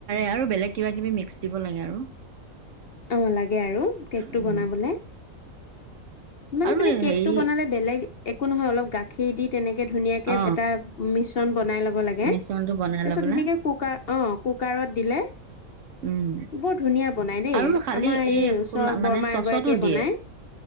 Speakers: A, on the right; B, on the left.
A: আৰু বেলেগ কিবা কিবি মিক্স দিব লাগে আৰু,
B: অ লাগে আৰু কেকটো
A: উম
B: বনাবলে। মানে
A: আৰু
B: তুমি কেক
A: হেৰি
B: টো বনালে বেলেগ একো নহয় অলপ গাখীৰ দি তেনেকে ধুনীয়াকে
A: অ
B: এটা, মিশ্ৰণ বনাই লব লাগে
A: মিশ্ৰণটো
B: তাৰপিছত
A: বনাই লৈ পেলাই
B: ধুনীয়াকৈ কুকাৰ অঁ কুকাৰত দিলে।
A: উম
B: বৰ ধুনীয়া বনাই দেই
A: আৰু খালি
B: আমাৰ এই ওচৰ
A: খোলা মানে
B: বৰমা
A: চচতো
B: এগৰাকীয়ে
A: দিয়ে
B: বনাই।